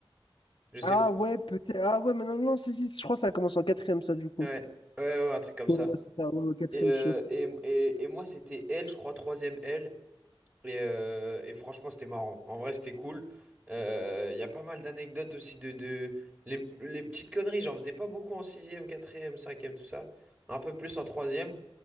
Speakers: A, on the right (about 20°); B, on the left (about 60°).
A: Je sais
B: Ah ouais, peut-être. Ah ouais, mais non, non, si, si, je crois que ça commence en quatrième, ça, du coup.
A: Ouais, ouais, ouais, ouais, un truc comme ça.
B: Ouais, ouais, c'est ça, ouais, ouais, quatrième
A: Et, euh,
B: sûr.
A: et, et, et moi, c'était L, je crois, troisième L. Et, euh, et franchement, c'était marrant. En vrai, c'était cool. Euh, Il y a pas mal d'anecdotes aussi de, de... Les, les petites conneries, j'en faisais pas beaucoup en sixième, quatrième, cinquième, tout ça. Un peu plus en troisième.